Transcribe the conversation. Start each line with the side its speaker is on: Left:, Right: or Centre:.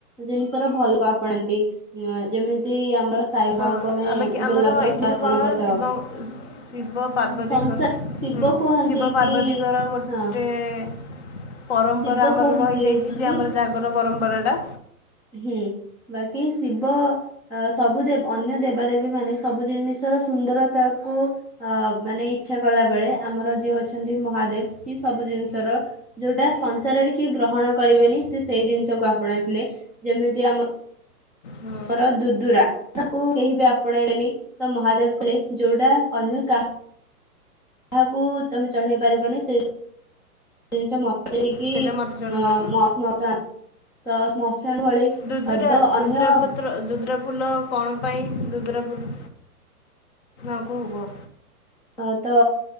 Centre: ଜିନିଷର ଭଲ ଆପଣାନ୍ତି ଯେମିତି ଆମର ସାଇବାବାଙ୍କୁ
Left: ହଁ
Centre: ଆମେ
Left: ଆ ବାକି ଆମର
Centre: ଗୋଲାପର
Left: ଏଥିରେ
Centre: ଫୁଲ ଅର୍ପଣ
Left: କଣ
Centre: କରିଥାଉ।
Left: ଶିବ ଶିବ ପାର୍ବତୀଙ୍କରୁ
Centre: ସଂସାର ଶିବ କୁହନ୍ତି
Left: ଶିବ ପାର୍ବତୀଙ୍କର
Centre: କି
Left: ର ଗୋଟେ
Centre: ହଁ
Left: <inaudible> ପରମ୍ପରା
Centre: ଶିବ
Left: ଆମର
Centre: କୁହନ୍ତି
Left: ରହିଯାଇଛି
Centre: ଛି
Left: ଯେ
Centre: କି
Left: ଆମର ଜାଗର ପରମ୍ପରା ଟା
Centre: ହୁଁ ବାକି ଶିବ ସବୁ ଦେବ ଅନ୍ୟ ଦେବାଦେବୀ ମାନେ ସବୁ ଜିନିଷର ସୁନ୍ଦରତା କୁ ଅ ମାନେ ଇଚ୍ଛା କଲା ବେଳେ ଆମର ଯିଏ ଅଛନ୍ତି ମହାଦେବ ସିଏ ସବୁ ଜିନିଷର ଯୋଉଟା ସଂସାରରେ କିଏ ଗ୍ରହଣ କରିବେନି ସେଏ ସେଇ ଜିନିଷକୁ ଆପଣେଇଥିଲେ। ଯେମିତି ଆମ
Left: ହୁଁ
Centre: ଆମର ଦୁଦୁରା ତାକୁ କେହି ବି ଆପଣେଇଲେନି ତ ମହାଦେବ କହିଲେ ଯୋଉଟା ଅନ୍ୟ କାହା କାହାକୁ ତମେ ଚଢେଇ ପାରିବନି ସେ ଜିନିଷ ମ ଯେମିତି କିି
Left: ସେଇଟା ମୋତେ ଜଣେ
Centre: ଅ
Left: କହିବ।
Centre: ଶ୍ମଶାନ ଶ୍ମଶାନ ଭଳି
Left: ଦୁଦୁରା
Centre: ଦ
Left: ଦୁଦୁରା
Centre: ଅନ୍ୟ
Left: ପତ୍ର ଦୁଦୁରା ଫୁଲ କଣ ପାଇଁ ଦୁଦୁରା ଫୁଲ ଆଗୁକୁ ହୁବ
Centre: ହ ତ